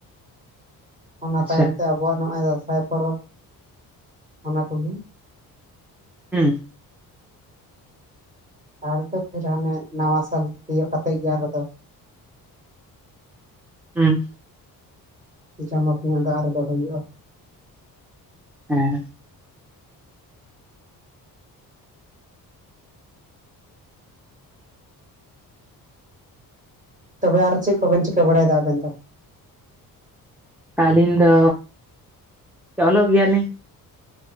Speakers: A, on the right (about 20°); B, in the centre.
A: ᱚᱱᱟ
B: ᱟᱪᱪᱷᱟ
A: ᱛᱟᱭᱚᱢ ᱛᱮ ᱟᱵᱚᱣᱟᱜ ᱱᱚᱜᱼᱚᱭ ᱫᱟᱸᱥᱟᱭ ᱯᱚᱨᱚᱵᱽ ᱚᱱᱟ ᱠᱚ ᱜᱤ,
B: ᱦᱩᱸ
A: ᱟᱨ ᱫᱚ ᱯᱷᱤᱨ ᱦᱟᱱᱮ ᱱᱟᱣᱟ ᱥᱟᱞ ᱛᱤᱭᱳᱜ ᱠᱟᱛᱮᱜ ᱜᱮ ᱟᱨᱚ ᱫᱚ
B: ᱦᱩᱸ
A: ᱪᱟᱢᱯᱤᱭ ᱱᱤᱭᱟᱹ ᱫᱷᱟᱣ ᱟᱨ ᱫᱚᱦᱚᱭ ᱦᱩᱭᱩᱜᱼᱟ
B: ᱦᱮᱸ
A: ᱛᱚᱵᱮ ᱟᱨ ᱪᱮᱫ ᱠᱚᱵᱮᱱ ᱪᱤᱠᱟᱹ ᱵᱟᱲᱟᱭ ᱮᱫᱟ ᱟᱵᱮᱱ ᱫᱚ?
B: ᱟᱹᱞᱤᱧ ᱫᱚ ᱚᱞᱚᱜ ᱜᱮᱭᱟᱞᱤᱧ,